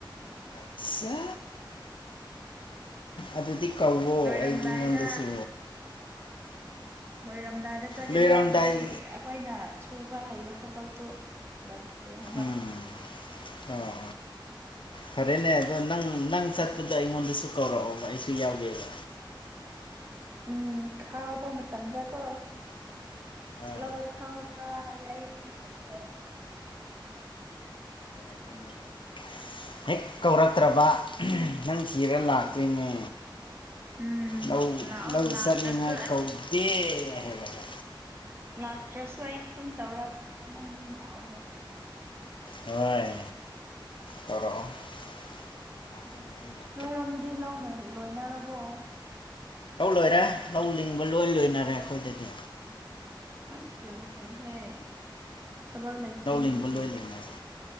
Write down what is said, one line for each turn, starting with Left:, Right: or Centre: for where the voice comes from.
Left: ꯑꯆꯥ꯫ ꯑꯗꯨꯗꯤ ꯀꯧꯋꯣ
Right: ꯂꯣꯏꯔꯝꯗꯥꯏꯗ
Left: ꯑꯩ ꯑꯩꯉꯣꯟꯗꯁꯨ꯫
Right: ꯂꯣꯏꯔꯝꯗꯥꯏꯗ ꯆꯠꯀꯅꯤ
Left: ꯂꯣꯏꯔꯝꯗꯥꯏ
Right: ꯍꯥꯏꯕꯗꯤ ꯑꯈꯣꯏꯅ ꯁꯨꯕ ꯍꯩꯕ ꯊꯕꯛꯇꫭ꯫ ꯂꯩꯇ꯭ꯔ‌ꯦ꯫
Left: ꯎꯝ ꯑꯣ꯫ ꯐꯔꯦꯅꯦ ꯑꯗꯣ ꯅꯪ ꯅꯪ ꯆꯠꯄꯗ ꯑꯩꯉꯣꯟꯗꯁꯨ ꯀꯧꯔꯛꯑꯣꯕ ꯑꯩꯁꯨ ꯌꯥꯎꯒꯦꯕ꯫
Right: ꯎꯝ ꯈꯥꯎꯕ ꯃꯇꯝꯗꯀꯣ
Left: ꯍꯣꯏ
Right: ꯂꯧ ꯈꯥꯎ꯫ UNINTELLIGIBLE
Left: UNINTELLIGIBLE ꯍꯦꯛ ꯀꯧꯔꯛꯇ꯭ꯔꯕ ꯅꯪ ꯊꯤꯔ ꯂꯥꯛꯇꯣꯏꯅꯦ꯫
Right: ꯎꯝ
Left: ꯂꯧ
Right: ꯂꯥꯛꯑꯣ
Left: ꯂꯧ
Right: ꯂꯥꯛꯇ꯭ꯔꯁꯨ
Left: ꯆꯠꯅꯤꯉꯥꯏ
Right: ꯑꯩ
Left: ꯀꯧꯗꯦ ꯍꯥꯏꯔꯒ꯫
Right: ꯂꯥꯛꯇ꯭ꯔꯁꯨ ꯑꯩ ꯑꯗꯨꯝ ꯇꯧꯔ ꯅꯪ ꯑꯗꯨꯝ ꯂꯥꯛꯑꯣꯕ꯫
Left: ꯍꯣꯏ ꯀꯧꯔꯛꯑꫭ ꯂꯥꯛꯀꯅꯤ ꯑꯩ ꯂꯥꯛ꯫
Right: ꯅꯣꯏꯔꯣꯝꯗꯗꯤ ꯂꯧ ꯅꯣꯏ ꯂꯣꯏꯅꯔꯕꯣ
Left: ꯂꯧ ꯂꯣꯏꯔꯦ ꯂꯧ ꯂꯤꯡꯕ ꯂꯣꯏ ꯂꯣꯏꯅꯔꯦ ꯑꯩꯈꯣꯏꯗꯗꯤ
Right: ꯑꯁ ꯌꯥꯝ ꯐꯩꯍꯦ ꯊꯕꯛ ꯂꯩꯇ꯭ꯔꯔꯤꯅꯦ
Left: ꯂꯧ ꯂꯤꯡꯕ
Right: ꯑꯗꯨꯗꯤ
Left: ꯂꯣꯏ ꯂꯣꯏꯅꯔꯦ